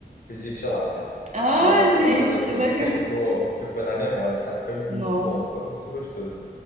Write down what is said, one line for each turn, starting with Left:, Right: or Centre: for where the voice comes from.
Left: pedi tilápia
Right: Ai,
Left: para
Right: gente,
Left: poder
Right: que
Left: comer,
Right: legal.
Left: porque ficou, ficou na memória, sabe? Foi muito
Right: Nossa.
Left: bom, foi muito gostoso.